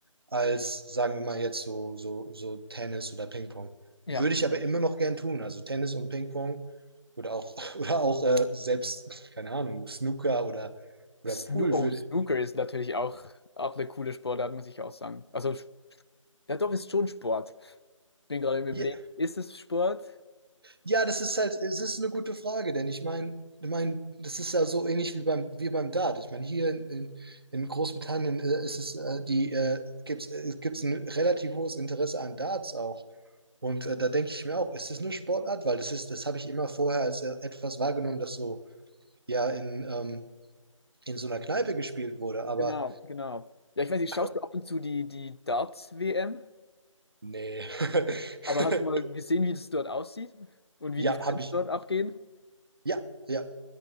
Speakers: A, on the right; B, on the left.
A: als sagen wir mal jetzt so, so, so Tennis oder Ping-Pong.
B: Ja.
A: Würde ich aber immer noch gern tun. Also Tennis und Ping-Pong oder auch, <laughs> oder auch äh, selbst, keine Ahnung, Snooker oder, oder
B: Snoo
A: Pool
B: oh,
A: würde.
B: Snooker ist natürlich auch, auch eine coole Sportart, muss ich auch sagen. Also, ja doch, ist schon Sport. Ich bin gerade im Überlegen,
A: Ja,
B: ist es Sport?
A: ja, das ist halt, es ist eine gute Frage, denn ich meine, ich mein, das ist ja so ähnlich wie beim, wie beim Dart. Ich meine, hier in, in, in Großbritannien äh, ist es, äh, die, äh, gibt's, äh, gibt's ein relativ hohes Interesse an Darts auch. Und äh, da denke ich mir auch, ist es eine Sportart? Weil das ist, das habe ich immer vorher als äh, etwas wahrgenommen, das so ja in, ähm, in so einer Kneipe gespielt wurde. Aber
B: Genau, genau. Ja, ich weiß nicht,
A: Ha,
B: schaust du ab und zu die, die Darts-WM?
A: nee. <laughs>
B: Aber hast du mal gesehen, wie das dort aussieht und wie
A: Ja,
B: die Fans
A: habe ich.
B: dort abgehen?
A: Ja, ja.